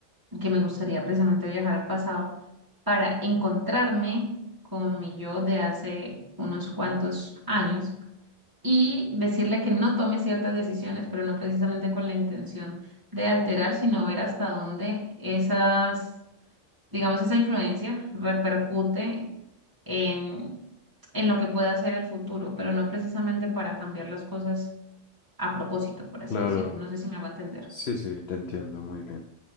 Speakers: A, on the right; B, on the left.
A: que me gustaría precisamente viajar al pasado para encontrarme con mi yo de hace unos cuantos años y decirle que no tome ciertas decisiones, pero no precisamente con la intención de alterar, sino ver hasta dónde esas, digamos, esa influencia repercute en, en lo que pueda ser el futuro, pero no precisamente para cambiar las cosas a propósito, por así
B: Claro,
A: decirlo. No sé si me hago entender.
B: sí, sí, te entiendo muy bien.